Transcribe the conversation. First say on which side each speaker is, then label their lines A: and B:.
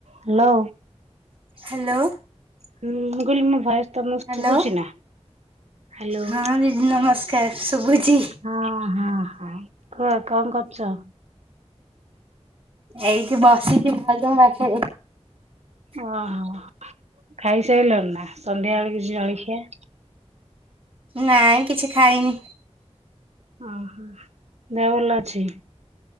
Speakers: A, on the right; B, on the right.
A: Hello.
B: Hello.
A: ହୁଁ ମୁଁ କହିଲି ମୋ ଭୟସ ତମକୁ
B: ହ୍ୟାଲୋ
A: ଶୁଭୁଚି ନା? ହ୍ୟାଲୋ।
B: ହଁ ଦିଦି ନମସ୍କାର। ଶୁଭୁଚି।
A: ହଁ ହଁ ହଁ କୁହ କଣ କରୁଚ?
B: ଏଇଠି ବସିଚି ଭାଉଜ ଙ୍କ ପାଖରେ।
A: ଓହୋ ଖାଇସାଇଲଣି ନା ସନ୍ଧ୍ୟା ବେଳ କିଛି ଜଳଖିଆ?
B: ନାଇଁ କିଛି ଖାଇନି।
A: ଉଁ ହୁଁ। ଦେହ ଭଲ ଅଛି?